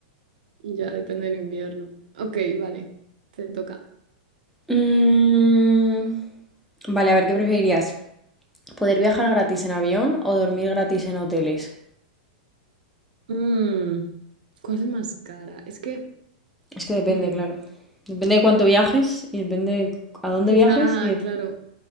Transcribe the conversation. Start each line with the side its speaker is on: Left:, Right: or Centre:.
Right: ya, depende del invierno. Ok, vale, te toca.
Centre: Mm, Vale, a ver, ¿qué preferirías? ¿Poder viajar gratis en avión o dormir gratis en hoteles?
Right: Mm, ¿cuál es más cara? Es que
Centre: Es que depende,
Right: mm,
Centre: claro. Depende de cuánto viajes y depende de a dónde
Right: quizá,
Centre: viajes y... de-
Right: claro,